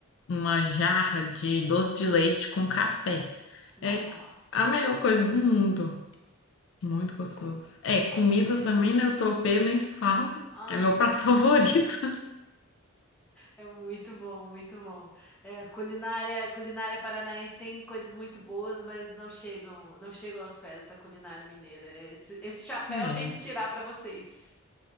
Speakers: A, on the left; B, in the centre.
A: uma jarra de doce de leite com café.
B: Nossa,
A: É a melhor coisa do mundo. Muito gostoso. É, comida
B: imagina.
A: também, né? O tropeiro nem se fala.
B: Ai.
A: É meu prato <laughs> favorito.
B: É muito bom, muito bom. É, culinária, culinária paranaense tem coisas muito boas, mas não chegam, não chegam aos pés da culinária mineira. Esse, esse chapéu
A: É.
B: eu tenho que tirar para vocês.